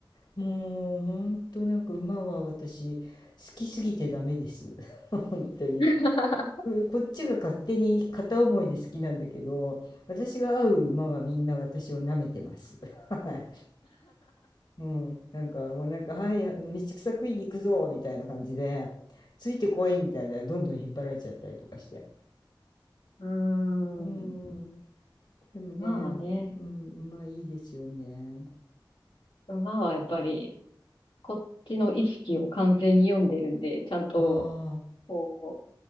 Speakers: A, on the left; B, on the left.
A: もう本当なんか馬は私好きすぎてダメです <laughs> 本当に
B: <laughs>
A: うこっちが勝手に片思いで好きなんだけど私が会う馬はみんな私を舐めてます <laughs> はいうん、なんかもうなんか「はい道草食いに行くぞ」みたいな感じで「ついてこい」みたいなどんどん引っ張られちゃったりとかして
B: うん、
A: うんでもね、
B: まあね、
A: うん、馬いいですよね
B: 馬はやっぱりこっちの意識を完全に読んでるんで、ちゃんと
A: ああ
B: こ